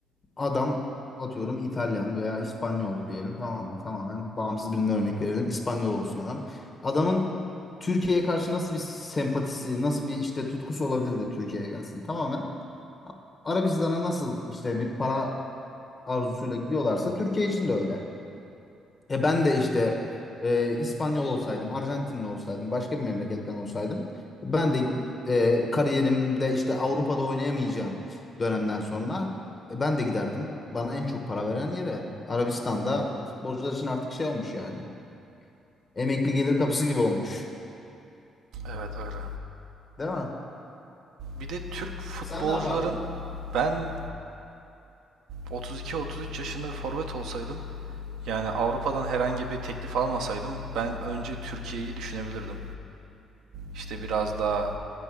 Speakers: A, on the left; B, on the right.
A: adam atıyorum İtalyan veya İspanyol diyelim tamam mı? Tamamen bağımsız birine örnek verelim. İspanyol olsun adam. Adamın Türkiye'ye karşı nasıl bir sempatisi, nasıl bir işte tutkusu olabilir de Türkiye'ye gelsin. Tamamen Arabistan'a nasıl işte bir para arzusuyla gidiyorlarsa Türkiye için de öyle. E ben de işte e, İspanyol olsaydım, Arjantinli olsaydım, başka bir memleketten olsaydım ben de e, kariyerimde işte Avrupa'da oynayamayacağım dönemden sonra e, ben de giderdim. Bana en çok para veren yere Arabistan'da futbolcular için artık şey olmuş yani. Emekli gelir kapısı gibi olmuş.
B: Evet öyle.
A: Değil mi?
B: Bir de Türk futbolcuların
A: Sen ne yapardın?
B: ben 32-33 yaşında bir forvet olsaydım yani Avrupa'dan herhangi bir teklif almasaydım ben önce Türkiye'yi düşünebilirdim. İşte biraz daha